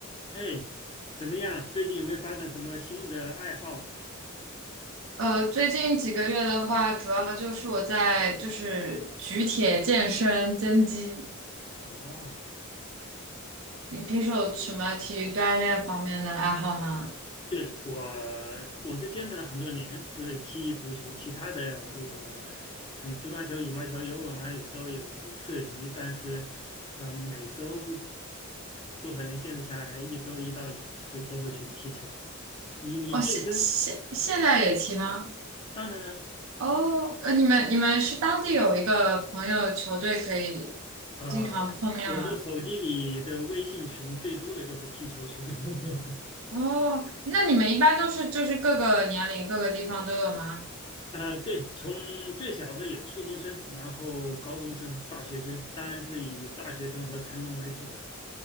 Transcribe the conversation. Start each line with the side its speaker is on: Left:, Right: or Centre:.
Left: 嘿，怎么样？最近有没有发展什么新的爱好？
Right: 呃，最近几个月的话，主要就是我在就是举铁健身增肌。
Left: 哦，
Right: 你平时有什么体育锻炼方面的爱好吗？
Left: 你对我，我是坚持了很多年，是踢足球，其他的我从乒乓球、羽毛球、游泳啊也都有涉及，但是，嗯、每周多少年坚持下来，一周一到两次都会去踢球。你你健身，
Right: 哦，现现现在也踢吗？
Left: 当然了，
Right: 哦，呃，你们你们是当地有一个朋友球队可以经常碰面吗？
Left: 呃，我的手机里的微信群最多的就是踢球群。<laughs>
Right: 哦，那你们一般都是就是各个年龄各个地方都有吗？
Left: 呃，对，从最小的有初中生，然后高中生、大学生，当然是以大学生和成人为主了。